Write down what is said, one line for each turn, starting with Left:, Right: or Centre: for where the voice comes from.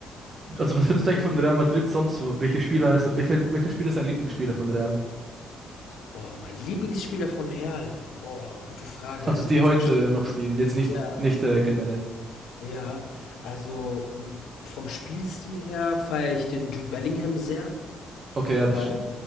Right: also was findest du eigentlich von Real Madrid sonst so? Welche Spieler ist, welcher, welcher Spieler ist dein Lieblingsspieler von Real?
Left: Boah, mein Lieblingsspieler von Real. Boah, gute Frage.
Right: Also
Left: Also,
Right: die
Left: ihr-
Right: heute noch spielen, jetzt nicht,
Left: ja,
Right: nicht äh, generell.
Left: Ja, also m, vom Spielstil her feiere ich den Jude Bellingham sehr,
Right: Okay, ja,
Left: weil,
Right: das stimmt.